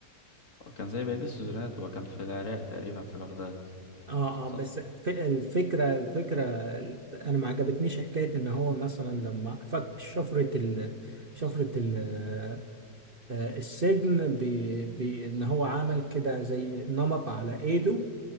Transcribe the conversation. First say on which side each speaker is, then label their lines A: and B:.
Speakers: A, on the left; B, on the right.
A: كان زي بقية السيزونات وكان في العراق تقريبا في بغداد
B: اه
A: صح
B: اه بس ف- الفكرة الفكرة انا ما عجبتنيش حكاية ان هو مثلا لما فك شفرة ال شفرة ال آه، السجن ب- ب- ان هو عمل كده زي نمط على ايده